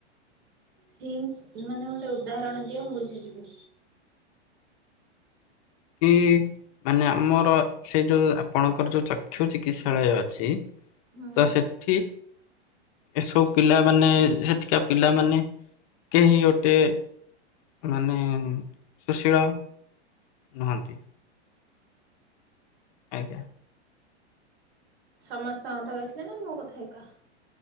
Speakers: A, on the right; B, on the left.
A: ହିନଟ୍ସ ମାନେ ଗୋଟେ ଉଦାହରଣ ଦିଅ ମୁଁ ବୁଝିଯିବି।
B: କି। ମାନେ ଆମର ସେ ଯୋଉ ଆପଣଙ୍କର ଯୋଉ ଚକ୍ଷୁ ଚିକିତ୍ସାଳୟ ଅଛି।
A: ହୁଁ
B: ତ ସେଠି। ଏସବୁ ପିଲା ମାନେ ସେଠିକା ପିଲାମାନେ। କେହି ଗୋଟେ ମାନେ ସୁଶୀଳ। ନାହାନ୍ତି। ଆଜ୍ଞା।
A: ସମସ୍ତଙ୍କ କଥା କହିଥିଲେ ନା ମୋ କଥା ଏକା।